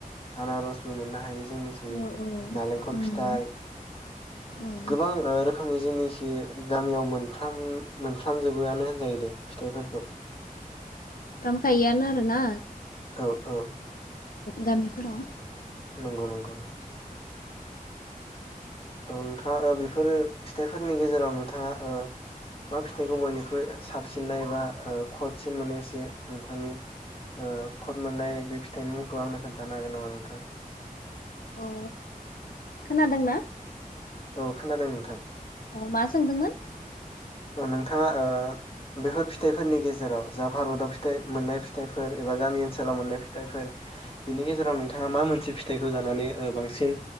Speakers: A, on the left (about 40°); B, on the left (about 70°).
A: आनारसबो मोननो हायो जोंनिखि
B: औ औ
A: नारेंखल
B: उम
A: फिथाइ
B: औ
A: गोबां ओ रोखोमनि जिनिस <unintelligible> गामियाव मोनफ्राम मोनफ्राम जबोआनो होन जायो दे फिथाइफोरखौ
B: <unintelligible> आरो ना
A: औ औ
B: गामिफोराव
A: नोंगौ नोंगौ नों औ नोंथाङा ओ बेफोरो फिथाइफोरनि गेजेराव नोंथाङा ओ मा फिथाइखौ बयनिख्रुइ साबसिनै बा ओ खदसिन मोनो एसे नोंथांनि ओ खद मोननाय बे फिथाइनि मुंखौ आंनो खोन्थानो हागोन नामा नोंथां?
B: औ खोना दोंना
A: औ खोनादों नोंथां
B: औ मा सोंदोंमोन?
A: ओ नोंथाङा ओ बेफोर फिथाइफोरनि गेजेराव जा भारताव फिथाइ मोननाय फिथाइ फोर एबा गामि ओनसोलाव मोननाय फिथाइफोर बिनि गेजेराव नोंथाङा मा मोनसे फि थाइखौ जानानै ओ बांसिन